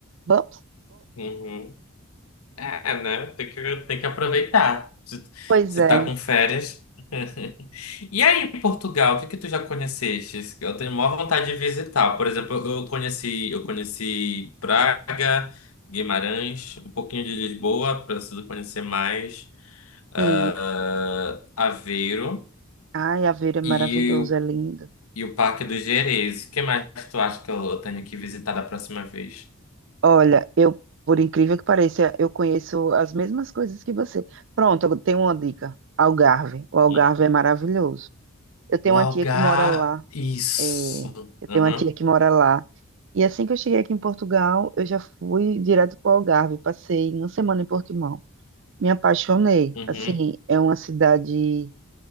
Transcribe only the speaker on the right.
Vamos?
Pois
é,
sim.
Ai, Aveiro é
maravilhoso,
é lindo.
Olha, eu, por incrível que pareça, eu conheço as mesmas coisas que você. Pronto, eu tenho uma dica. Algarve. O Algarve
é maravilhoso. Eu tenho
uma tia que mora lá.
é, eu
tenho uma tia que mora lá. E assim que eu cheguei aqui em Portugal, eu já fui direto para o Algarve. Passei uma semana em Portimão. Me apaixonei.
Assim, é uma cidade.